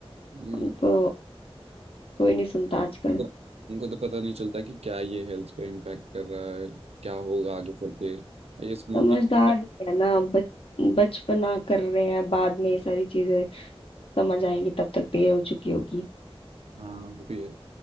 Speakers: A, on the right; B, on the left.
A: हम्म,
B: उनको कोई नहीं सुनता आजकल
A: तो उनको तो पता नहीं चलता कि क्या ये हेल्थ पे इम्पैक्ट कर रहा है क्या होगा आगे चल के ये स्मोकिंग
B: समझदार नहीं है ना बच बचपना कर रहे हैं बाद में ये सारी चीजें समझ आएंगी तब तक देर हो चुकी होगी
A: हाँ वो भी है